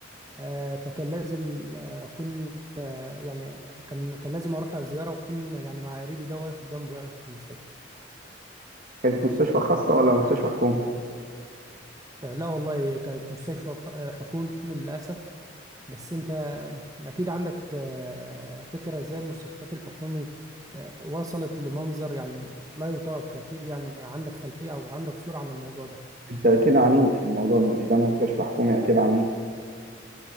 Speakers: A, on the right (about 20°); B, on the right (about 45°).
A: آه، فكان لازم آه، اكون آه، يعني كان كان لازم اروح زياره واكون يعني مع قريبي ده واقف جنبه يعني في المستشفى
B: كانت مستشفى خاصة ولا مستشفى حكومي
A: آه، لا والله كانت مستشفى خ- آه، حكومي للاسف بس انت آه، اكيد عندك آه، فكره ازاي المستشفيات الحكومي آه، وصلت لمنظر يعني لا يطاق اكيد يعني عندك خلفيه او عندك صوره عن الموضوع ده
B: انت اكيد عنيد في الموضوع ده مستشفى حكومي اكيد عنيد